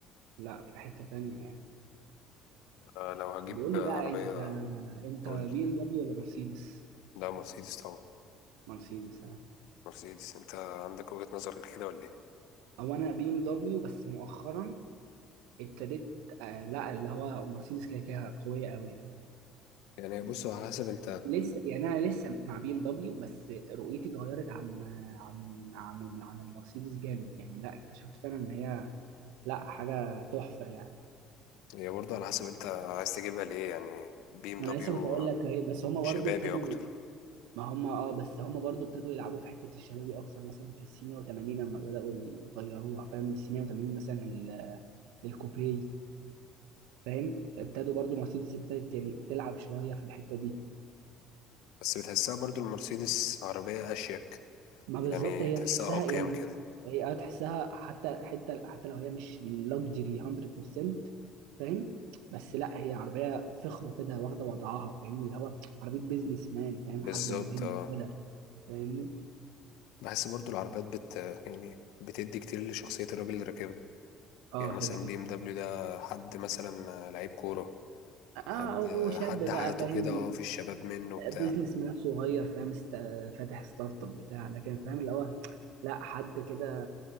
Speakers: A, on the right; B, on the left.
A: لا في حته تانية يعني
B: آه، لو هجيب
A: بقول
B: عربية
A: لي بقى انت انت
B: قول لي
A: بي ام دبليو ولا مرسيدس
B: لا مرسيدس طبعا
A: مرسيدس آه.
B: مرسيدس انت عندك وجهة نظر غير كده ولا ايه
A: او انا بي ام دبليو بس مؤخرا ابتديت آه لا اللي هو مرسيدس كده كده قويه قوي يعني
B: يعني بص على حسب انت
A: لسه يعني انا لسه مع بي ام دبليو بس رؤيتي اتغيرت عن عن عن ال- عن المرسيدس جامد يعني لا اكتشفت فعلا ان هي لا حاجه تحفه يعني
B: هي برضه على حسب انت عايز تجيبها ليه يعني بي ام
A: ما
B: دبليو
A: انا لسه كنت اقول لك اهي بس هما برضو
B: شبابي
A: ابتدوا
B: اكتر
A: ما هما اه بس هما برضو ابتدوا يلعبوا في حته الشبابي اكتر مثلا في السينيا و80 لما بداوا يغيروها فاهم السينيا و80 مثلا ال- الكوبيه فاهم ابتدوا برضو مرسيدس ابتدت يعني تلعب شويه في الحته دي
B: بس بتحسها برضه المرسيدس عربية اشيك
A: ما بالظبط
B: يعني
A: هي
B: تحسها
A: تحسها
B: اقيم
A: يعني
B: كده
A: هي اه تحسها حتى حتى حتى لو هي مش لوكسجري 100% فاهم بس لا هي عربيه فخمه كده واخده وضعها فاهمني اللي هو عربيه بيزنس مان فاهم
B: بالظبط
A: حد مهم
B: اه
A: كده فاهمني
B: بحس برضه العربيات بت يعني بتدي كتير لشخصية الراجل اللي راكبها
A: اه
B: يعني مثلا
A: كده كده
B: بي ام دبليو ده حد مثلا لعيب كورة
A: اه
B: حد
A: او شاب
B: حد حياته
A: بقى فاهم
B: كده اه في الشباب منه بتاع
A: بيزنس مان صغير فاهم است... فاتح ستارت اب بتاع لكن فاهم اللي هو لا حد كده